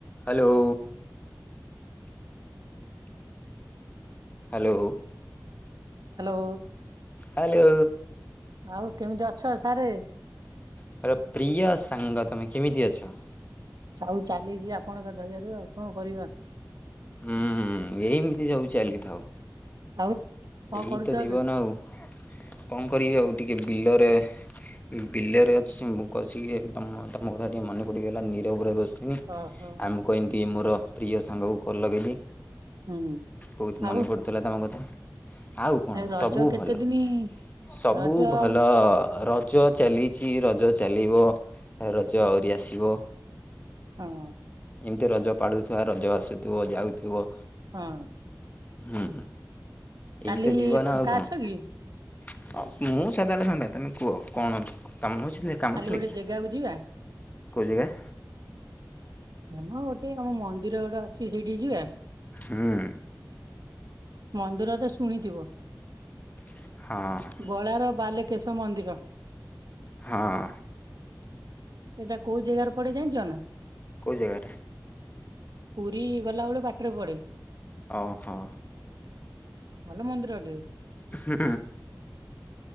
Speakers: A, on the left; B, on the right.
A: ହ୍ୟାଲୋ। ହ୍ୟାଲୋ।
B: ହାଲୋ।
A: ହାଲୋ।
B: ଆଉ କେମିତି ଅଛ ସାରେ?
A: ମୋର ପ୍ରିୟ ସାଙ୍ଗ ତୁମେ କେମିତି ଅଛ?
B: ଆଉ ଚାଲିଚି ଆପଣଙ୍କ ଦୟା ରୁ ଆଉ କଣ କରିବା?
A: ହୁଁ ଏମିତି ସବୁ ଚାଲିଥାଉ।
B: ଆଉ କଣ
A: ଏଇ
B: କରୁଛ
A: ତ ଜିବନ
B: ଏବେ?
A: ଆଉ କଣ କରିବି ଆଉ ଟିକେ ବିଲରେ ବିଲରେ ଅଛି ମୁଁ ବଛିି ତମ ତମ କଥା ଟିକେ ମନେ ପଡିଗଲା ନିରବରେ ବସି ଇନି ଆ,
B: ଓହୋ
A: ମୁଁ କଇନି ଟିକେ ମୋର ପ୍ରିୟ ସାଙ୍ଗକୁ କଲ୍ ଲଗେଇବି।
B: ହୁଁ
A: ବହୁତ
B: ଆଉ
A: ମନେ ପଡ଼ୁଥିଲା ତୋମ କଥା। ଆଉ କଣ ସବୁ
B: ରଜ କେତେ
A: ଭଲ,
B: ଦିନି
A: ସବୁ
B: ରଜ
A: ଭଲ
B: ଆଉ
A: ର ଜ ଚାଲିଛି ରଜ ଚାଲିବ, ଏ ରଜ ଆଉରି ଆସିବ।
B: ହଁ।
A: ଏମିତି ରଜ ପାଳୁଥିବା ରଜ ଆସୁଥିବ ଯାଉଥିବ।
B: ହଁ।
A: ହୁଁ, ଏଇ
B: କାଲି
A: ତ ଜୀବନ
B: ଫାଙ୍କା
A: ଆଉ କଣ।
B: ଅଛ କି?
A: ହଁ ମୁଁ ସଦାବେଳେ ଫାଙ୍କା, ତୋମେ କୁଅ କଣ କାମ ଅଛି ଲେ କାମ
B: କାଲି
A: ଥିଲା
B: ଗୋଟେ
A: କି,
B: ଜେଗାକୁ ଯିବା
A: କୋଉ ଜାଗା?
B: ୟାମ ଗୋଟେ ଆମ ମନ୍ଦିର ଗୋଟେ ଅଛି ସେଇଠିକି ଯିବା?
A: ହୁଁ।
B: ମନ୍ଦିର ତ ଶୁଣିଥିବ?
A: ହଁ।
B: ବଳାର ବାଲକେଶ ମନ୍ଦିର।
A: ହଁ।
B: ସେଟା କୋଉ ଜାଗାରେ ପଡେ ଜାଣିଚ ନା?
A: କୋଉ ଜାଗାରେ?
B: ପୁରୀ ଗଲାବେଳେ ବାଟରେ ପଡେ।
A: ଓହୋ।
B: ଭଲ ମନ୍ଦିର ଟେ।
A: ହୁଁ।